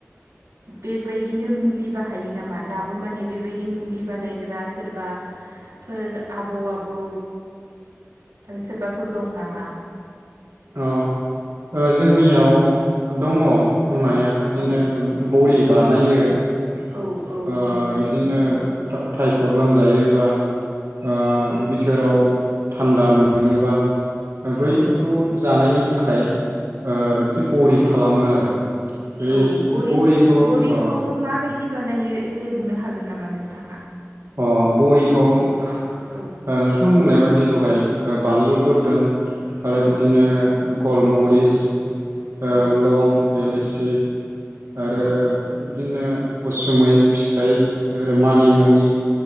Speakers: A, on the right; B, on the right.
A: बेबायदिनो मुलि बाहायो नामा दाबो माने बेबायदि मुलि बानायग्रा सोरबा फोर आबौ आबौ सोरबाफोर दं नामा?
B: अ ओ जोंनियाव
A: औ
B: दंङ नाया बिदिनो
A: औ
B: बरि बानायो ओ
A: औ औ बरि बानायनायखौ
B: बिदिनो था-थायफड लोमजायो बा ओ
A: औ
B: बिथोराव थान्दा मोनोबा दा बैफोरखौ
A: औ औ
B: जानायनि थाखाय ओ मोनसे बरि खालामो आरो बे
A: औ बरि
B: बरिखौ
A: बरिखौ
B: अ
A: मा बैदि बानायो एसे बुनो हागोन नामा नोंथाङा।
B: अ बरिखौ ओ
A: औ
B: नोंथां बुंनाय बादि बिदि दहाय बानलु बोर्दोन आरो
A: औ
B: बिदिनो गलमरिस ओ
A: औ
B: लं एलेसि <unintelligible> आरो
A: औ
B: बिदिनो उसुमै फिथाइ मानि मुनि